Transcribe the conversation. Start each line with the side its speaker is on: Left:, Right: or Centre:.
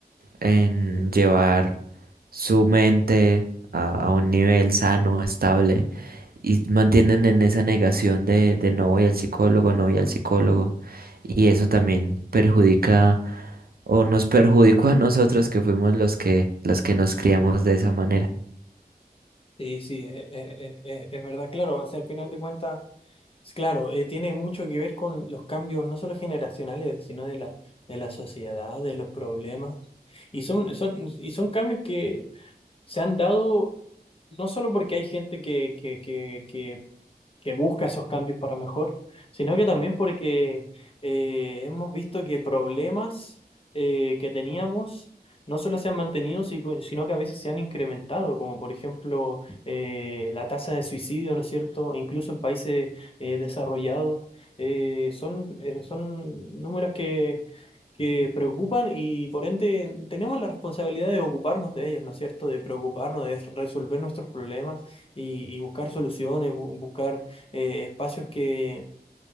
Right: en llevar su mente a, a un nivel sano, estable y mantienen en esa negación de, de no voy al psicólogo, no voy al psicólogo y eso también perjudica o nos perjudicó a nosotros que fuimos los que, los que nos criamos de esa manera.
Left: Sí, sí, eh, eh, eh, eh, es verdad, claro, o sea, al final de cuentas... Sí, Claro, eh, tiene mucho que ver con los cambios no solo generacionales, sino de la, de la sociedad, de los problemas. Y son, son, y son cambios que se han dado no solo porque hay gente que, que, que, que que busca esos cambios para mejor, sino que también porque eh, hemos visto que problemas eh, que teníamos no solo se han mantenido, si- sino que a veces se han incrementado, como por ejemplo eh, la tasa de suicidio, ¿no es cierto? E Incluso en países eh, desarrollados, eh, son, eh, son números que... que preocupan y por ende tenemos la responsabilidad de ocuparnos de ellos, ¿no es cierto? De preocuparnos, de resolver nuestros problemas y, y buscar soluciones, bu- buscar eh, espacios que,